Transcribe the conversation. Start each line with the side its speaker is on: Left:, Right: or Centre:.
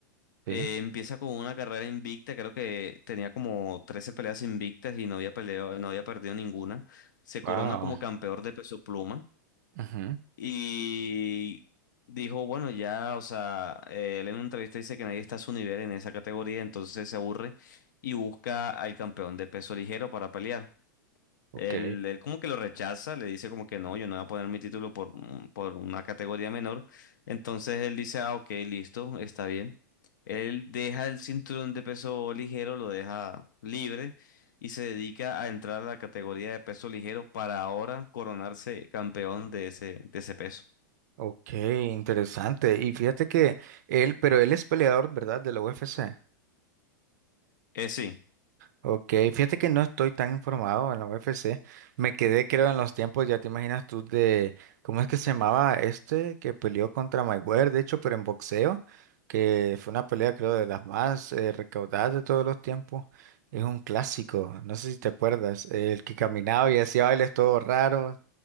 Right: Sí.
Left: eh, empieza con una carrera invicta, creo que tenía como 13 peleas invictas y no había peleado, no había perdido ninguna. Se
Right: Wow.
Left: corona como campeón de peso pluma
Right: Ujú,
Left: y dijo, bueno, ya, o sea, eh, él en una entrevista dice que nadie está a su nivel en esa categoría, entonces se aburre y busca al campeón de peso ligero para pelear.
Right: Ok.
Left: Él, él como que lo rechaza, le dice como que no, yo no voy a poner mi título por, un- por una categoría menor. Entonces él dice, ah, ok, listo, está bien. Él deja el cinturón de peso ligero, lo deja libre y se dedica a entrar a la categoría de peso ligero para ahora coronarse campeón de ese, de ese peso.
Right: Ok, interesante. Y fíjate que él, pero él es peleador, ¿verdad? De la UFC.
Left: Eh, sí,
Right: Ok, fíjate que no estoy tan informado en la UFC. Me quedé, creo, en los tiempos, ya te imaginas tú, de cómo es que se llamaba este que peleó contra Mayweather, de hecho, pero en boxeo, que fue una pelea, creo, de las más eh, recaudadas de todos los tiempos. Es un clásico, no sé si te acuerdas, el que caminaba y hacía bailes todo raros.